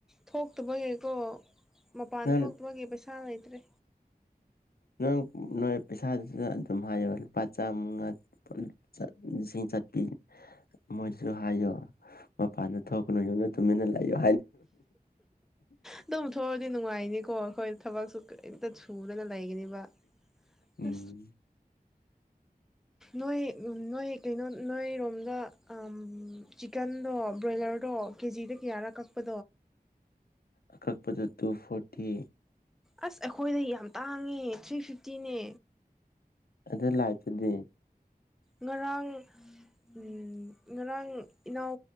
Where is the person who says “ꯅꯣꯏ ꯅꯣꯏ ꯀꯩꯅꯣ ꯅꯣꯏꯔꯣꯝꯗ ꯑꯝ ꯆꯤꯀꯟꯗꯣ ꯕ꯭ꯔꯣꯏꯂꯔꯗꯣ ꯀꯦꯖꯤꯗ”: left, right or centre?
Centre